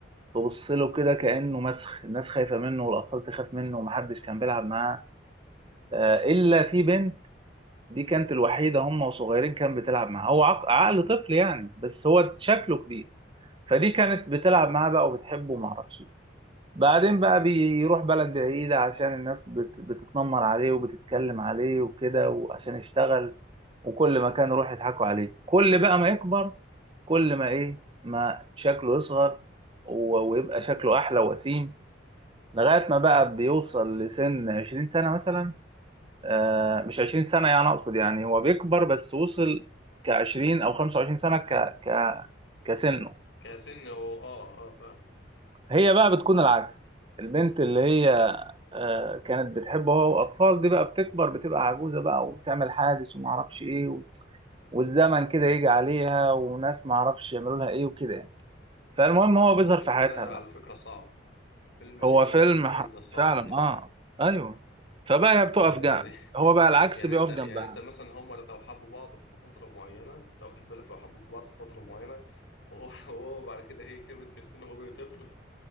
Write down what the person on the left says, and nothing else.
كسن هو اه اه فاهم
الفيلم
ده
على فكرة صعب الفيلم اللي
انت
بتحكي عليه
ده صعب
جدا
آه،
يعني <laughs>
يعني
انت يعني
انت مثلا هما لو حبوا بعض في فترة معينة انت واخد بالك لو حبوا بعض في فترة معينة وهو <laughs> وهو بعد كده هي كبرت في السن وهو بقى طفل